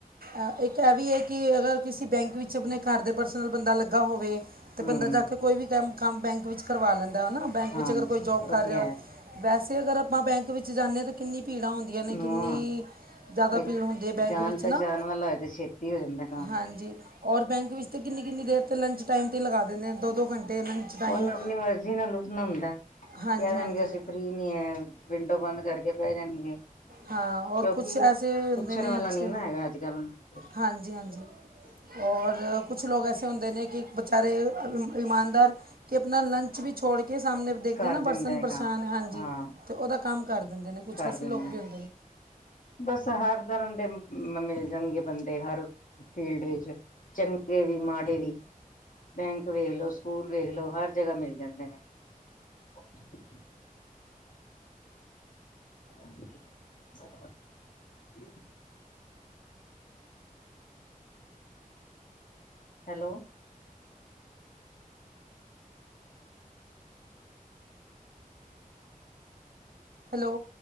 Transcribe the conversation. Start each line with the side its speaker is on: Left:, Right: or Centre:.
Right: ਅ ਇੱਕ ਤਾਂ ਐ ਵੀ ਐ ਕੀ ਅਗਰ ਕਿਸੇ ਬੈਂਕ ਵਿੱਚ ਆਪਣੇ ਘਰ ਦੇ ਪਰਸਨਲ ਬੰਦਾ ਲੱਗਾ ਹੋਵੇ ਤੇ
Left: ਹਮ
Right: ਬੰਦਾ ਜਾ ਕੇ ਕੋਈ ਵੀ ਕੰਮ। ਕੰਮ ਬੈਂਕ ਵਿੱਚ ਕਰਵਾ ਲੈਂਦਾ ਨਾ ਬੈਂਕ
Left: ਹਾਂਜੀ
Right: ਵਿੱਚ ਅਗਰ ਕੋਈ ਜੋਬ
Left: ਉਹ
Right: ਕਰ
Left: ਤੇ
Right: ਰਿਆ
Left: ਹੈ
Right: ਹੋ ਵੈਸ ਅਗਰ ਆਪਾਂ ਬੈਂਕ ਵਿੱਚ ਜਾ ਜਾਂਦੇ ਹਾਂ ਤਾਂ ਕਿੰਨੀ ਭੀੜਾਂ ਹੁੰਦੀਆਂ ਨੇ ਕਿੰਨੀ
Left: ਹਾਂ
Right: ਜ਼ਿਆਦਾ
Left: ਕੋਈ
Right: ਭੀੜ ਹੁੰਦੀ ਹੈ ਬੈਂਕ
Left: ਜਾਣ
Right: ਵਿੱਚ
Left: ਪਹਿਚਾਣ
Right: ਨਾ
Left: ਵਾਲਾ ਇਹਦਾ ਛੇਤੀ ਹੋ ਜਾਂਦਾ ਕੰਮ
Right: ਹਾਂਜੀ ਔਰ ਬੈਂਕ ਵਿੱਚ ਤੇ ਕਿੰਨੀ ਕਿੰਨੀ ਦੇਰ ਤੇ ਲੰਚ ਟਾਈਮ ਤੇ ਲਗਾ ਦਿੰਦੇ ਆ ਦੋ ਦੋ ਘੰਟੇ ਲੰਚ ਟਾਈਮ
Left: ਉਹਨੂੰ ਆਪਣੀ ਮਰਜ਼ੀ ਨਾਲ ਉੱਠਣਾ ਹੁੰਦਾ ਕਹ
Right: ਹਾਂਜੀ
Left: ਦੇਣਗੇ
Right: ਹਾਂਜੀ
Left: ਅਸੀਂ ਫਰੀ ਨਹੀ ਹੈ ਵਿੰਡੋ ਬੰਦ ਕਰਕੇ ਪੈ ਜਾਣਗੇ
Right: ਹਾਂ ਹੋਰ
Left: ਕਿਉਂਕਿ
Right: ਕੁਛ ਐਸੇ ਹੁੰਦੇ
Left: ਪੁੱਛਣ
Right: ਨੇ
Left: ਵਾਲਾ
Right: ਅੱਛੇ
Left: ਨੀ ਨਾ ਹੈਗਾ ਅੱਜ ਕੱਲ ਉਹਨਾਂ ਨੂੰ
Right: ਹਾਂਜੀ ਹਾਂਜੀ
Left: <unintelligible>
Right: ਔਰ ਕੁਛ ਲੋਕ ਐਸੇ ਹੁੰਦੇ ਨੇ ਕਿ ਬੇਚਾਰੇ ਈਮਾਨਦਾਰ ਕੇ ਆਪਣਾ ਲੰਚ ਵੀ ਛੜ ਕੇ ਸਾਹਮਣੇ ਦੇਖਦੇ
Left: ਕਰ
Right: ਨਾ
Left: ਦਿੰਦੇ
Right: ਪਰਸਨ
Left: ਨੇ
Right: ਪਰੇਸਾਨ
Left: ਕੰਮ
Right: ਹਾਂਜੀ
Left: ਹਾਂ
Right: ਤੇ ਉਹਦਾ ਕੰਮ ਕਰ ਦਿੰਦੇ ਨੇ ਕੁਛ
Left: ਕਰ
Right: ਐਸੇ
Left: ਦਿੰਦੇ
Right: ਲੋਕ ਵੀ ਹੁੰਦੇ ਨੇ
Left: ਬਸ ਹਰ ਤਰ੍ਹਾਂ ਦੇ ਮਿਲ ਜਾਣਗੇ ਬੰਦੇ ਹਰ ਫੀਲਡ ਵਿੱਚ ਚੰ ਗੇ ਵੀ ਮਾੜੇ ਵੀ ਬੈਂਕ ਵੇਖ ਲੋ ਸਕੂਲ ਵੇਖ ਲਓ ਹਰ ਜਗ੍ਹਾ ਮਿਲ ਜਾਂਦੇ ਨੇ <unintelligible> <unintelligible> ਹੈਲੋ
Right: ਹੈਲੋ